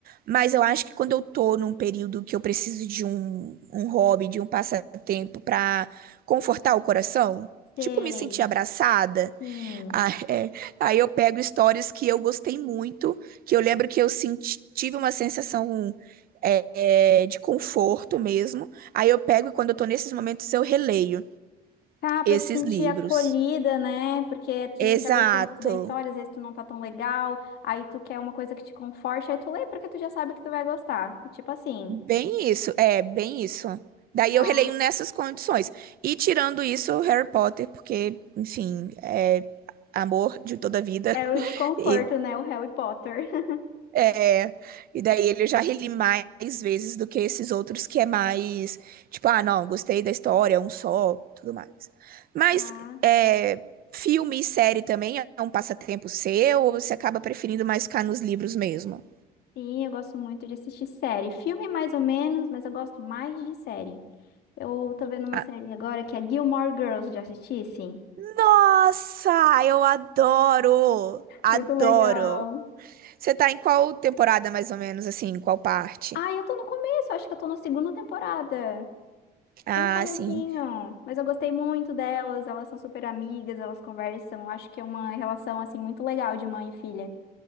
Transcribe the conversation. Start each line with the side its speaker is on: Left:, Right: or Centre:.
Right: mas eu acho que quando eu tô num período que eu preciso de um, um hobby, de um passatempo pra confortar o coração,
Left: Sei.
Right: tipo, me sentir abraçada.
Left: Sim.
Right: Ah, é. Aí eu pego histórias que eu gostei muito, que eu lembro que eu senti- tive uma sensação é, é, de conforto mesmo. Aí eu pego e quando eu tô nesses momentos eu releio
Left: Tá, pra
Right: esses
Left: se sentir
Right: livros.
Left: acolhida, né? Porque tu
Right: Exato.
Left: já gostou muito da história, às vezes tu não tá tão legal, aí tu quer uma coisa que te conforte, aí tu lê porque tu já sabe que tu vai gostar. É tipo assim.
Right: Bem isso, é, bem isso. Daí
Left: Tá.
Right: eu releio nessas condições. E tirando isso, Harry Potter, porque, enfim, é amor de toda a vida.
Left: É o
Right: <laughs>
Left: de conforto,
Right: E
Left: né? O Harry Potter. <laughs>
Right: É, e daí ele já reli mais vezes do que esses outros que é mais, tipo, ah, não, gostei da história, é um só, tudo mais. Mas
Left: Tá.
Right: é, filme e série também é um passatempo seu ou você acaba preferindo mais ficar nos livros mesmo?
Left: Sim, eu gosto muito de assistir série. Filme mais ou menos, mas eu gosto mais de série. Eu tô vendo uma
Right: Ah,
Left: série agora que é Gilmore Girls, já assisti, sim.
Right: Nossa, eu adoro! Adoro!
Left: Muito legal.
Right: Você tá em qual temporada, mais ou menos, assim, em qual parte?
Left: Ah, eu tô no começo, acho que eu tô na segunda temporada.
Right: Ah,
Left: Bem no comecinho,
Right: sim.
Left: mas eu gostei muito delas, elas são super amigas, elas conversam, acho que é uma relação assim muito legal de mãe e filha.